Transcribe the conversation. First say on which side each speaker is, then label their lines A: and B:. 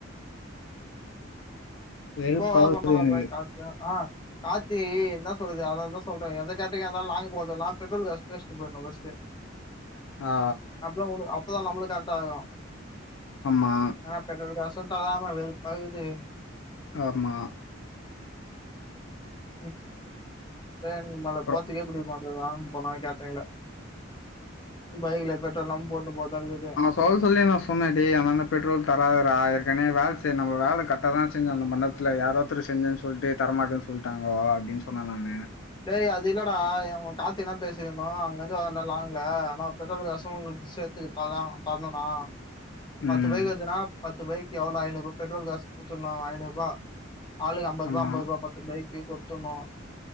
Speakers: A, on the left (about 75°); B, on the left (about 25°).
A: வெறுப்பாகுது
B: போ வேல பண்ற தா
A: எனக்கு
B: போய் சாப் டியா ஆ கார்த்தி என்ன சொல்லுது அத தா சொல்றே எந்த கேட்ரிங்கா இருந்தாலு லாங்க போதுல்லா பெட்ரோல் காசு பேசிட்டு போய்ட்னு ஃபர்ஸ்ட்டே
A: ஆ,
B: அப்பதா ஓனர் அப்பதா நம்மளு கரெக்டா ஆகு
A: ஆமா
B: னா பெட்ரோல் காசும் தராம வெறுப்பாகுது
A: ஆமா
B: ம் இப்ப எனக்கு மொதல்ல
A: அப்புறம்
B: போறதுக்கே புடிக்க மாட் ங்க லாங் போனா கேட்ரிங்ல பைக்ல பெட்ரோல்லா போட்டு போற்தாக்குது
A: சொல் சொல்லே நா சொன்னே டேய் அவனான்ட பெட்ரோல் தராதரா ஏற்கனே வேல செய் நம் வேல கர்ட்டா தான் செஞ்ச அந்த மண்டப் துல யாரோ ஒத்தரு செஞ்சன் சொல்ட்டு தரமாட்டனு சொல்ட்டாங்கோ அப்டின் சொன்ன நானு
B: டேய் அது இல்லடா இவன் கார்த்தி என்ன பேசிகணு அங்கந்து வந்தோ லாங்க்ல ஆனா பெட்ரோல் காசும் உங்களுக்கு சேத்துகுத் ப்பாதா அவ்ங் தர்னுன்னா பத்து
A: ம்
B: பைக் வருதுனா பத்து பைக் எவ்ளோ ஐநூறு ரூபா பெட்ரோல் காசு குடுத்துட்னோ ஐநூறு ரூபா ஆளுக்கு அம்பது
A: ஆமாம்
B: ருவா அம்பது ருவா பத்து பைக்கு குடுத்துடுணு